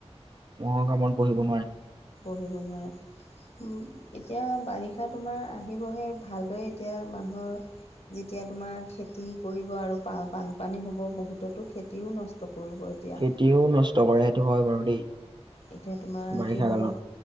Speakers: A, on the right; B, on the left.
A: ম'হ কামোৰত বহিব নোৱাৰে।
B: পঢ়িব নোৱাৰে। এতিয়া বাৰিষা তোমাৰ আহিবহে ভালদৰে এতিয়া মানুহৰ যেতিয়া তোমাৰ খেতি কৰিব, আৰু বানপানী হব বহুততো খেতিও নষ্ট কৰিব এতিয়া
A: খেতিও নষ্ট কৰে সেইটো হয় বাৰু দেই।
B: এতিয়া তোমাৰ
A: বাৰিষা
B: কি হ'ব?
A: কালত